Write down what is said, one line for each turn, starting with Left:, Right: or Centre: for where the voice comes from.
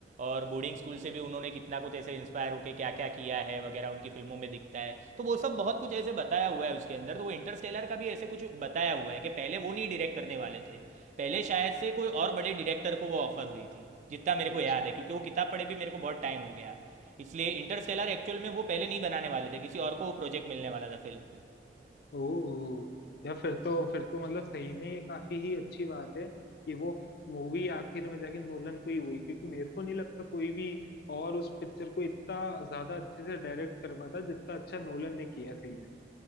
Right: और बोर्डिंग स्कूल से भी उन्होंने कितना कुछ ऐसे इंस्पायर होके क्या क्या किया है वगैरह उनकी फिल्मों में दिखता है तो वो सब बहुत कुछ ऐसे बताया हुआ है उसके अंदर तो वो इंटरस्टेलर का भी ऐसे कुछ बताया हुआ है कि पहले वो नहीं डायरेक्ट करने वाले थे पहले शायद से कोई और बड़े डायरेक्टर को वो ऑफर हुई थी जितना मेरे
Left: अच्छा
Right: को याद है क्योंकि वो किताब पढ़े भी मेरे को बहुत टाइम हो गया इसलिए इंटरस्टेलर एक्चुअल में वो पहले नहीं बनाने वाले थे किसी और को वो प्रोजेक्ट मिलने वाला था फिल्म
Left: ओ यार फिर तो फिर तो मतलब सही में ये काफी ही अच्छी बात है कि वो मूवी आखिर में जाके नोलन को ही हुई क्योंकि मेरे को नहीं लगता कोई भी और उस पिक्चर को इतना ज्यादा अच्छे से डायरेक्ट कर पाता जितना अच्छा नोलन ने किया है सही में